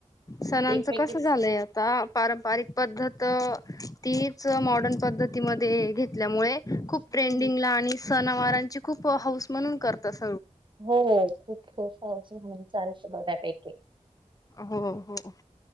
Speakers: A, on the left; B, on the right.
A: सणांचं
B: एकमेकीच
A: कस झालंय आता पारंपरिक पद्धत तीच मॉडर्न पद्धतीमध्ये घेतल्यामुळे खूप
B: हम्म
A: ट्रेंडिंगला आणि सणावारांची खूप हौस म्हणून करत अस
B: हो खूप खूप हाऊस म्हणून चालतं बऱ्यापैकी
A: हो हो